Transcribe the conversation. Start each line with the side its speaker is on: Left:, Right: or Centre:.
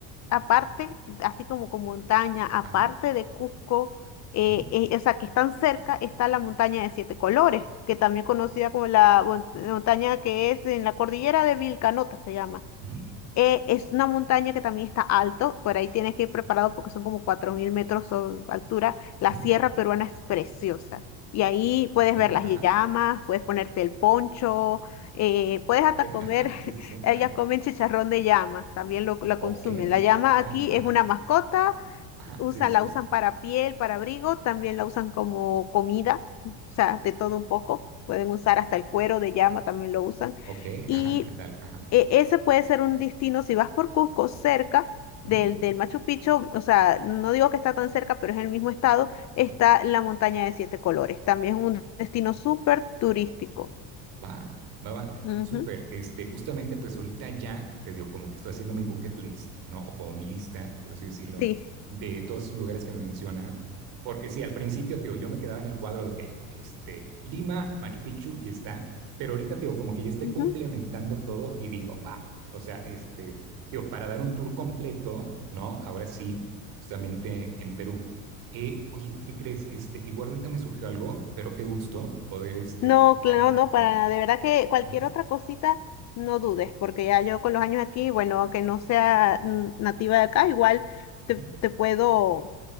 Left: aparte, así como con montaña, aparte
Right: Ajá,
Left: de Cusco, eh,
Right: ujú,
Left: eh, o sea, que están cerca, está la montaña de siete colores, que también conocida como la mon- montaña que es en la cordillera de Vilcanota, se llama.
Right: ujú,
Left: Eh, es una montaña que también está alto, por ahí tienes que ir preparado porque son como 4.000 metros de altura. La
Right: ujú,
Left: Sierra Peruana es preciosa y ahí puedes
Right: ok,
Left: ver las
Right: ajá,
Left: llamas, puedes ponerte el poncho, eh, puedes
Right: ok,
Left: hasta comer,
Right: ajá,
Left: <laughs>
Right: sí, sí, sí,
Left: ellas
Right: claro.
Left: comen chicharrón de llama, también lo, lo
Right: Ok,
Left: consumen.
Right: ¿qué
Left: La llama
Right: tal,
Left: aquí
Right: eh? Ajá,
Left: es una mascota
Right: ajá,
Left: usa,
Right: sí, sí.
Left: la
Right: sí.
Left: usan para piel, para abrigo, también la usan como comida, o
Right: Ujú.
Left: sea, de todo un poco. Pueden usar hasta el cuero de llama, también lo usan.
Right: Ok,
Left: Y
Right: ajá, ¿qué tal? Ajá.
Left: eh, ese puede ser un destino, si vas por Cusco, cerca
Right: ujú,
Left: del, del Machu Picchu, o sea,
Right: sí,
Left: no digo que está tan cerca, pero es en el mismo estado, está
Right: ujú.
Left: la montaña de siete colores. También es un destino súper turístico.
Right: Va, va, va.
Left: Ujú,
Right: Súper. Este, justamente, pues ahorita ya te digo, como que estoy haciendo mi bucket list, ¿no? O como mi lista, por así decirlo,
Left: Sí.
Right: de todos esos lugares que me mencionas. Porque sí, al principio, te digo, yo me quedaba en el cuadro de, ok, este, Lima, Machu Picchu, ya está. Pero ahorita, te digo, como que ya estoy
Left: Ujú.
Right: complementando todo y digo, va. O sea, este, digo, para dar un tour completo, ¿no? Ahora sí, justamente en Perú. Eh, oye, ¿qué crees? Este, igual ahorita me surgió algo, pero qué gusto poder, este,
Left: No,
Right: platicar,
Left: claro, no,
Right: ¿no?
Left: para, nada. de verdad que cualquier
Right: Ajá.
Left: otra cosita, no dudes, porque ya yo con
Right: Ah,
Left: los años aquí, bueno, aunque no sea mm, nativa de acá, igual
Right: ujú,
Left: te, te puedo,